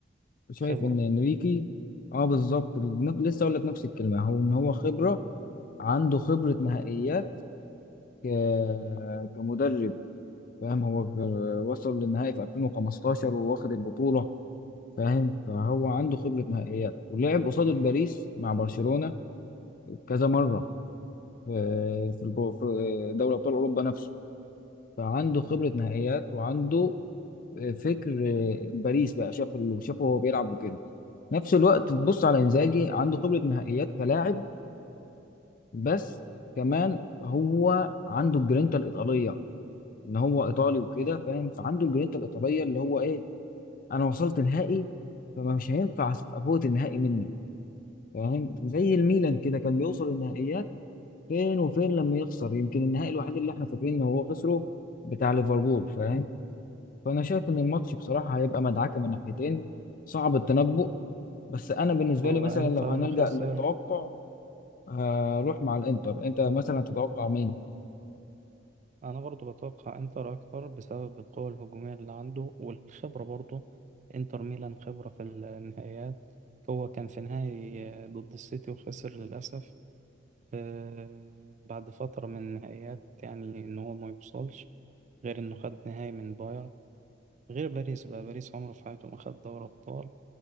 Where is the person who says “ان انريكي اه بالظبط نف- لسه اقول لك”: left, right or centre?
Left